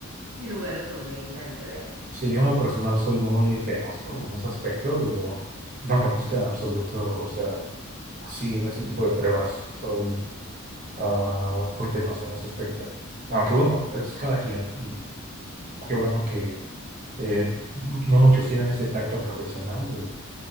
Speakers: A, on the right; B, on the right.
A: lugares donde nadie ve.
B: Sí, yo en lo personal soy muy penoso en ese aspecto, digo, no me gusta en absoluto, o sea, así en ese tipo de pruebas, soy ah, muy penoso en ese aspecto. Aunque bueno, es cada quien y qué bueno que eh, no muchos tienen ese tacto profesional de,